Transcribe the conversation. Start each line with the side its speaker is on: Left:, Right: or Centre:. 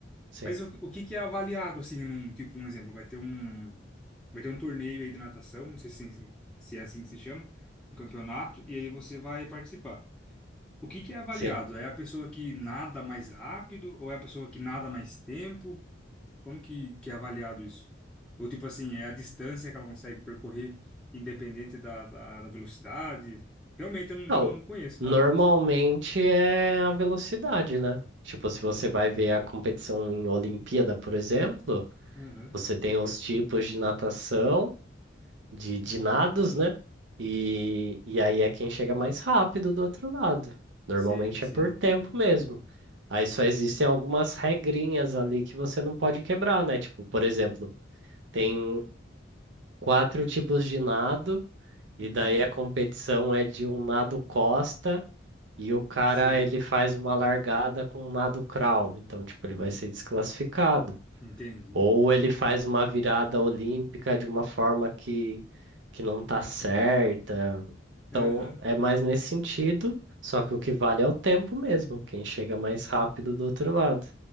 Right: sim,
Centre: Mas o, o que que é avaliado, assim, num, tipo, um exemplo, vai ter um, vai ter um torneio aí de natação, não sei se, se é assim que se chama, um campeonato, e aí você vai participar. O que que é avaliado?
Right: sim.
Centre: É a pessoa que nada mais rápido ou é a pessoa que nada mais tempo? Como que, que é avaliado isso? Ou tipo assim, é a distância que ela consegue percorrer independente da, da, da velocidade? Realmente eu não,
Right: Então,
Centre: não conheço
Right: normalmente
Centre: nada, não sei.
Right: é a velocidade, né? Tipo, se você vai ver a competição em Olimpíada, por exemplo,
Centre: Aham.
Right: você tem os tipos de natação. de, de nados, né? E, e aí é quem chega mais rápido do outro lado. Normalmente
Centre: Sei, sei.
Right: é por tempo mesmo. Aí só existem algumas regrinhas ali que você não pode quebrar, né? Tipo, por exemplo, tem quatro tipos de nado, e
Centre: Uhum.
Right: daí a competição é de um nado costa, e o cara
Centre: Sei.
Right: ele faz uma largada com um nado crawl. Então, tipo, ele vai ser desclassificado.
Centre: Entendi.
Right: Ou ele faz uma virada olímpica de uma forma que, que não tá certa. Então,
Centre: Aham.
Right: é mais nesse sentido, só que o que vale é o tempo mesmo, quem chega mais rápido do outro lado.